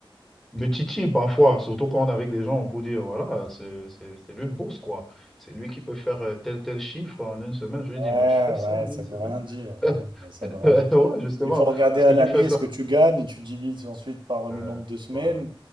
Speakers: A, in the centre; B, on the right.
A: Le titi, parfois, surtout quand on est avec des gens, on peut dire, voilà, c'est c'est- c'est lui le boss, quoi. C'est lui qui peut faire euh, tel, tel chiffre en une semaine. Je lui dis,
B: Ouais,
A: mais je fais ça
B: ouais,
A: en une
B: ça veut
A: semaine.
B: rien dire, mais
A: <laughs>
B: non, mais ça veut rien dire.
A: Ouais, justement,
B: Il faut regarder
A: parce
B: à
A: que
B: l'année
A: tu fais ça.
B: ce que tu gagnes et tu divises ensuite par
A: Ouais,
B: le nombre de semaines
A: voilà,